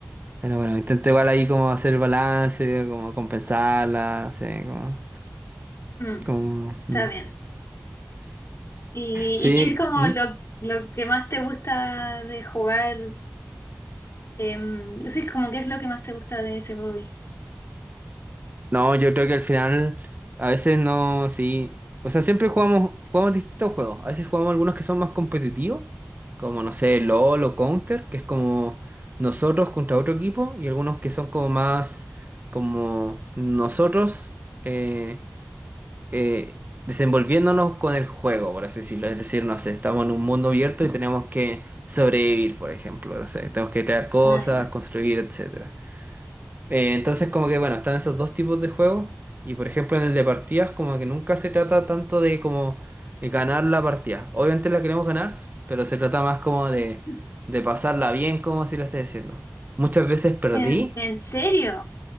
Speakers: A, on the right; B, on the left.
A: pero bueno, intento igual ahí como hacer balance, como compensarla, no sé, como,
B: Mm,
A: como,
B: está
A: mm.
B: bien. ¿Y,
A: <laughs>
B: y qué es como
A: sí, ¿Mm?
B: lo, lo que más te gusta de jugar? Em, sí, como qué es lo que más te gusta de ese hobby.
A: No, yo creo que al final a veces no, sí. O sea, siempre jugamos, jugamos distintos juegos. A veces jugamos algunos que son más competitivos, como no sé, LOL o Counter, que es como nosotros contra otro equipo, y algunos que son como más como nosotros eh, eh, desenvolviéndonos con el juego, por así decirlo. Es decir, no sé, estamos en un mundo abierto y tenemos que sobrevivir, por ejemplo. No sé, tenemos que crear cosas,
B: Ah, ya.
A: construir, etc. Eh, entonces, como que bueno, están esos dos tipos de juegos. Y por ejemplo, en el de partidas, como que nunca se trata tanto de como de ganar la partida. Obviamente la queremos ganar, pero se trata más como de,
B: Ujú.
A: de pasarla bien, como si lo esté diciendo. Muchas veces perdí.
B: ¿En, en serio?